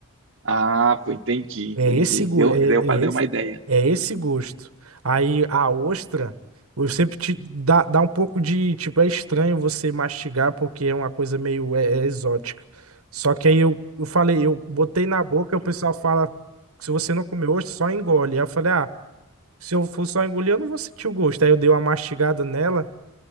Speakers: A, on the right (about 60°); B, on the right (about 85°).
A: Ah, pô, entendi,
B: É
A: entendi.
B: esse, gu-
A: Deu,
B: é,
A: deu
B: é
A: para dar
B: esse,
A: uma ideia.
B: é esse gosto. Aí a ostra, eu sempre te dá, dá um pouco de, tipo, é estranho você mastigar porque é uma coisa meio é, é exótica. Só que aí eu, eu falei, eu botei na boca, o pessoal fala, se você não comer ostra, só engole. Aí eu falei, ah, se eu for só engolir, eu não vou sentir o gosto. Aí eu dei uma mastigada nela,